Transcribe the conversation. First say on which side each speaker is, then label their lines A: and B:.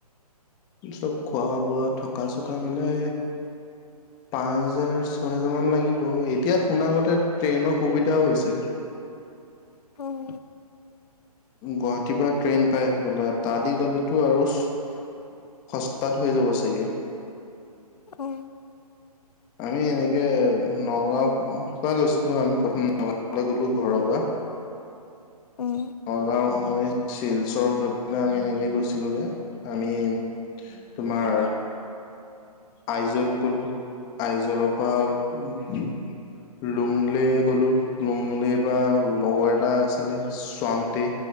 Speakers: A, on the left; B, on the left.
A: চব খোৱা বোৱা থকা চকা মিলাই পাঁচ হেজাৰ, ছয় হেজাৰ মান লাগিব। এতিয়া শুনা মতে ট্ৰেইনৰ সুবিধাও হৈছে। <inaudible>
B: অঁ
A: গুৱাহাটীৰ পৰা ট্ৰেইন পাই বোলে। তা দি গ'লেতো আৰু সস্তাত হৈ যাব চাগে।
B: উম।
A: আমি এনেকে নগাও পৰা গৈছিলো। আমি প্ৰথম নগ গলো ঘৰৰ পৰা।
B: অঁ
A: নগাঁও হৈ চিলচৰ হৈ পাই আমি এনেকে গৈছিলোগে আমি তোমাৰ আইজল গলো, আইজলৰ পৰা উ লুংলে গলো। লুংলে পৰা লগৰ এটা আছিলে চোৱাংতে